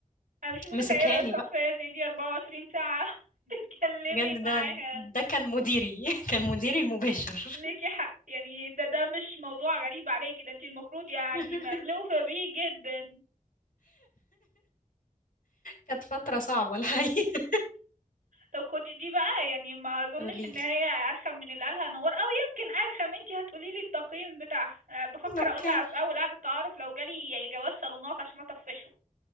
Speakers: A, on the right; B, on the left.
A: انا مش متخيلة
B: مسكها لي
A: شخصية
B: بقى
A: زي دي 24 ساعة <laughs> تتكلمي
B: بجد
A: معاها
B: ده ده كان مديري <laughs> كان مديري المباشر
A: ليكي حق يعني ده ده مش موضوع غريب عليكي ده انت المفروض يعني
B: <laughs>
A: مألوفة بيه جدا
B: كانت فترة صعبة الحقيقة
A: طب خدي دي بقى يعني ما اظنش
B: قولي
A: ان
B: لي
A: هي ارخم من اللي قالها نور او يمكن ارخم انت هتقولي لي التقييم بتاعها أه، بفكر
B: اوكي
A: اقولها في اول قعدة تعارف لو جالي جواز صالونات عشان اطفشه